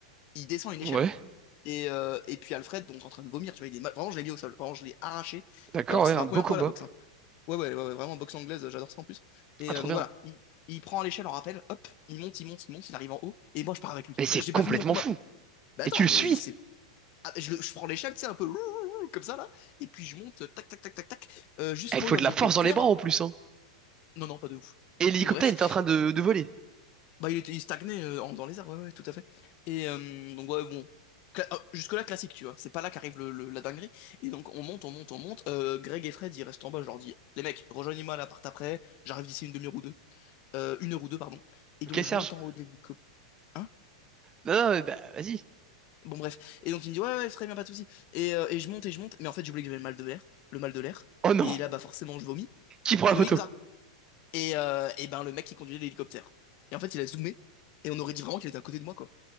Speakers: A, on the left (about 45°); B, on the right (about 25°).
A: il descend une échelle.
B: ouais,
A: Et, euh, et puis Alfred, donc en train de vomir, tu vois, il est mal... Vraiment, je l'ai mis au sol. Vraiment, je l'ai arraché.
B: d'accord,
A: Alors que
B: ouais,
A: c'était
B: un
A: ma
B: beau
A: première
B: combat.
A: fois à la boxe. hein. Ouais, ouais, ouais, ouais, vraiment boxe anglaise, j'adore ça en plus. Et
B: Ah, trop
A: euh, donc
B: bien.
A: voilà, il, il prend à l'échelle en rappel, hop, il monte, il monte, il monte, il arrive en haut, et moi je pars avec lui.
B: Mais c'est
A: J'ai
B: complètement
A: pas fini mon combat.
B: fou.
A: Bah
B: Et
A: attends,
B: tu le
A: mais
B: suis.
A: c'est. ah, je, le- je prends l'échelle, tu sais, un peu comme ça là, et puis je monte, tac, tac, tac, tac, tac, euh, jusqu'en
B: Eh, Il faut
A: haut dans
B: de
A: l'hélicoptère.
B: la force dans les bras en plus, hein.
A: Non, non, pas de ouf.
B: Et l'hélicoptère,
A: Bon, bref,
B: il était en train de, de voler.
A: bah il était il stagnait euh, en- dans les airs, ouais, ouais, tout à fait. Et euh, donc, ouais, bon. Cla- ah, Jusque-là, classique, tu vois. C'est pas là qu'arrive le, le- la dinguerie. Et donc, on monte, on monte, on monte. Euh, Greg et Fred, ils restent en bas. Je leur dis, les mecs, rejoignez-moi à l'appart après. J'arrive d'ici une demi-heure ou deux. Euh, une heure ou deux, pardon. Et donc,
B: Ok,
A: je
B: Serge.
A: monte en haut de l'hélicoptère. Hein?
B: Non, non, mais bah, vas-y.
A: Bon, bref. Et donc, il me dit, ouais, ouais, très bien, pas de souci. Et, euh, et je monte et je monte. Mais en fait, j'ai oublié que j'avais le mal de l'air. Le mal de l'air.
B: Oh non.
A: Et là, bah, forcément, je vomis.
B: Qui prend la
A: Je
B: photo?
A: vomis comme ça. Et, euh, et ben, le mec qui conduisait l'hélicoptère. Et en fait, il a zoomé. Et on aurait dit vraiment qu'il était à côté de moi, quoi.